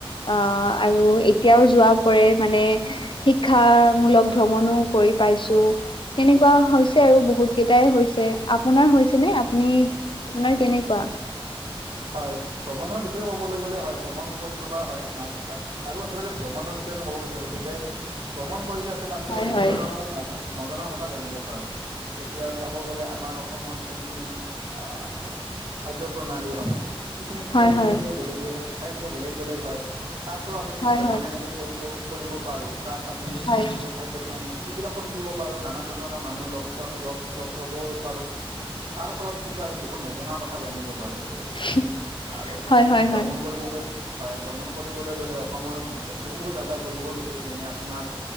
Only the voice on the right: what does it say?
হয়, ভ্ৰমণৰ বিষয়ে ক'বলৈ গ'লে হয় ভ্ৰমণ কৰি থকা হয় ম আৰু আচলতে ভ্ৰমণৰ বিষয়ে মই ক'ব বিচাৰিছো যে ভ্ৰমণ কৰিলে আচলতে আমি
কিন্তু বহুত
ধৰণৰ নাজানো নজনা কথা জানিব পাৰো। এতিয়া চাব গ'লে আমাৰ অসমত যোনখিনি আহ খাদ্য প্ৰণালী হয় এইখিনি ঠাই
বিধেকে
বেলেগ বেলেগ ঠাই বিধে বেলেগ বেলেগ হয় তাতো আমি যদি
ভ্ৰমণ সেনেকে কৰিব কৰিব পাৰোঁ তাত আমি
যোনটো খাদ্য প্ৰণালী সেইবিলাকো শিকিব পাৰোঁ নানান ধৰণৰ মানুহ লগ প লগ লগ পাবও পাৰোঁ। তাৰ ফলত কিন্তু আমি বহুত নজনা কথা জানিব পাৰো আচলতে।
আৰু সেনেকে
ভ্ৰমণ
কৰিবলৈ হয়, ভ্ৰমণ কৰিবলৈ গলে অসমৰ বিশেষ বহু বহু জেগা ঘূৰিব গৈছিলো যেনে আপোনাৰ